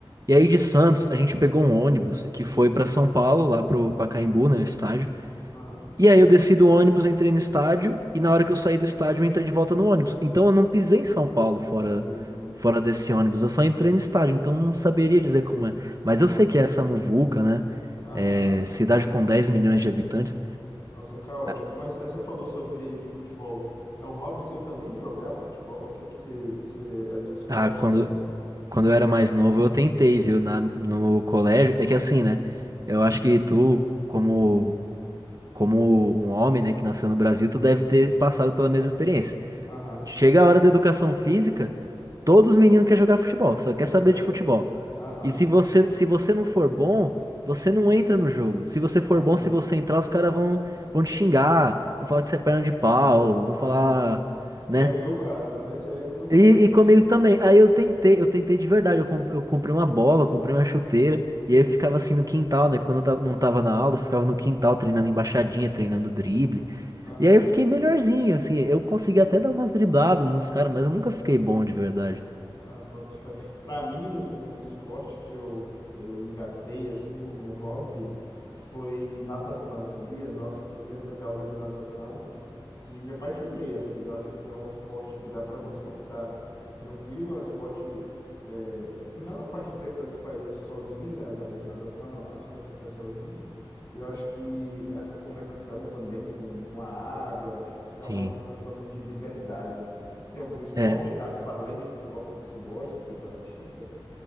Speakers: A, on the right; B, on the left.
A: E aí de Santos, a gente pegou um ônibus que foi para São Paulo, lá pro Pacaembu, né, o estádio.
B: aham,
A: E aí eu desci do ônibus, entrei no estádio, e na hora que eu saí do estádio, eu entrei de volta no ônibus. Então eu não pisei em São Paulo fora,
B: entendi.
A: fora desse ônibus, eu só entrei no estádio, então não saberia dizer como é. Mas eu sei que é essa muvuca, né?
B: Aham.
A: É, cidade com dez milhões de habitantes.
B: Nossa, é caótico.
A: Ah,
B: Mas aí você falou sobre futebol. É um hobby seu também jogar futebol? Quer que você, você é do esporte
A: ah, quando,
B: também?
A: quando eu era mais novo, eu tentei, viu, na, no colégio. É que assim, né? Eu acho que tu, como, como um homem, né, que nasceu no Brasil, tu deve ter passado pela mesma experiência.
B: Aham.
A: Chega a hora da educação física. Todos os meninos querem jogar futebol, só
B: Tem
A: quer
B: que
A: saber
B: jogar
A: de
B: futebol.
A: futebol.
B: Aham.
A: E se você, se você não for bom, você não entra no jogo. Se você for
B: Aham.
A: bom, se você entrar, os caras vão, vão te xingar, vão falar que você é perna de pau, vão
B: Aham.
A: falar, né?
B: Que era o meu caso, né? Esse aí era o meu caso.
A: E, e comigo também. Aí eu tentei, eu tentei de verdade. Eu, com- eu comprei uma bola, eu comprei uma chuteira, e aí eu ficava assim no quintal, né? Quando eu ta- não tava na aula, eu ficava no quintal treinando embaixadinha, treinando drible.
B: Aham.
A: E aí eu fiquei melhorzinho, assim. Eu consegui até dar umas dribladas nos caras, mas eu nunca fiquei bom de verdade.
B: Ah, boto fé. Para mim, um, um esporte que eu, eu engatei assim como hobby foi natação, sabia? Nossa, eu comecei a fazer aula de natação e me apaixonei, assim. Eu acho que é um esporte que dá para você ficar tranquilo, é um esporte é, que não é uma parte do tempo que você faz sozinho, né? As aulas de natação, as que você faz sozinho. E eu acho que essa conexão também com, com a água, te dá
A: Sim.
B: uma sensação de liberdade, assim. Tem algum esporte,
A: É,
B: ah, para além de futebol, que você gosta, que você pratica?